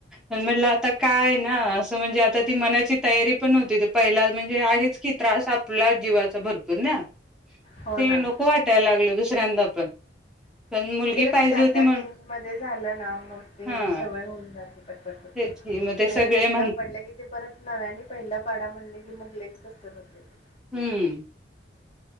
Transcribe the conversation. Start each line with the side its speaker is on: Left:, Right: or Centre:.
Centre: म्हटलं आता काय? हां असं म्हणजे आता ती मनाची तयारी पण नव्हती ते पहिला म्हणजे आहेच की त्रास आपला जीवाचा भरपूर ना
Left: हो
Centre: ते
Left: ना
Centre: नको वाटायला लागल दु- सऱ्यांदा पण पण मुलगी
Left: ते कसं
Centre: पाहिजे
Left: त्या
Centre: होती
Left: त्या
Centre: म्हण
Left: रेंज मध्ये झालं ना मग ते
Centre: हां,
Left: सवय होऊन जाते पटपट पटपट
Centre: तेच की
Left: म्हणजे
Centre: मग ते सगळे
Left: खूप
Centre: म्हण
Left: गॅप पडला की ते परत नव्याने पहिला पाडा म्हणले की मग लईच कसतर होतंय ते
Centre: हूं